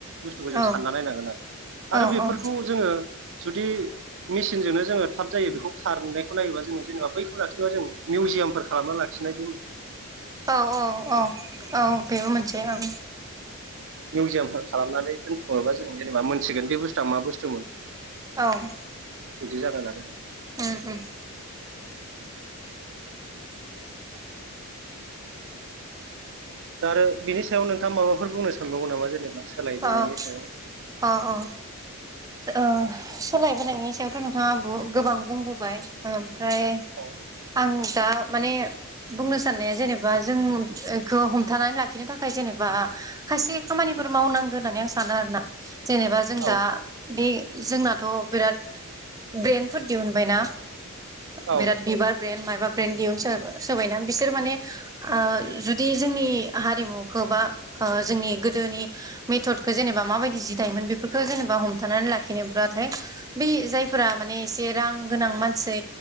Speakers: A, on the right; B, on the right.
A: बुस्थुखौ जों
B: औ
A: सानना नायनांगोन आरो आरो
B: औ
A: बेफोरखौ
B: औ
A: जोङो जुदि मेसिनजोंनो जोङो थाब जायो बेखौ खारनायखौ नायोबा जोङो जेनेबा बै लाखिनोबा जों मिउजियामफोर खालामना लाखि खिनायबो
B: औ औ औ औ बेबो मोनसे ओं
A: मिउजियामफोर खालामनानै दोनथुमोबा जों जेनेबा मोनथिगोन बे बुस्थुआ मा बुस्थुमोन?
B: औ
A: बिदि जागोन आरो
B: नंगौ
A: दा आरो बिनि सायाव नोंथाङा माबाफोर बुंनो सानबावो नामा जेनेबा? सोलायबोनायनि
B: औ
A: सायाव
B: अ अ ओ सोलायबोनायनि सायावथ' नोंथाङा बु गोबां बुंबोबाय ओ ओमफ्राय
A: औ
B: आं दा माने बुंनो साननाया जेनेबा जों इखौ हमथानानै लाखिनो थाखाय जेनेबा खायसे खामानिफोर मावनांगौ होननानै आं सानो आरोना जेनेबा जों
A: औ
B: दा बे जोंनाथ' बिराद ब्रेन्डफोर दिहुनबायना
A: औ
B: बिराद बिबार ब्रेनद मा बा ब्रेन्द दिहुनसो सोबायना बिसोर माने ओ जुदि जोंनि हारिमुखौ बा ओ जोंनि गोदोनि मेथदखौ जेनेबा माबायदि जि दायोमोन बेफोरखौ जेनेबा हमथानानै लाखिनोब्लाथाय बे जायफोरा माने एसे रां गोनां मानसि